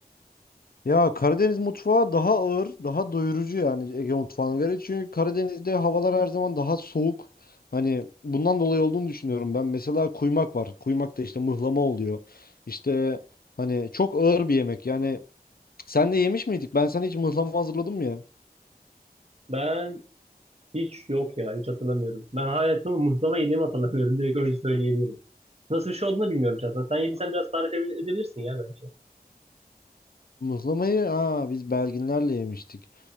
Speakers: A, on the left; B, on the right.
A: Ya Karadeniz mutfağı daha ağır, daha doyurucu yani Ege mutfağına göre. Çünkü Karadeniz'de havalar her zaman daha soğuk. Hani bundan dolayı olduğunu düşünüyorum ben. Mesela kuymak var. Kuymak da işte mıhlama oluyor. İşte hani çok ağır bir yemek. Yani sen de yemiş miydik? Ben sana hiç mıhlama hazırladım ya.
B: Ben hiç yok ya. Hiç hatırlamıyorum. Ben hayatımı muhlama yediğimi hatırlamıyorum. Direkt öyle söyleyebilirim. Nasıl bir şey olduğunu bilmiyorum şahsen. Sen yediysen biraz tarif edebilirsin ya bence.
A: Mıhlamayı aa biz Belginlerle yemiştik.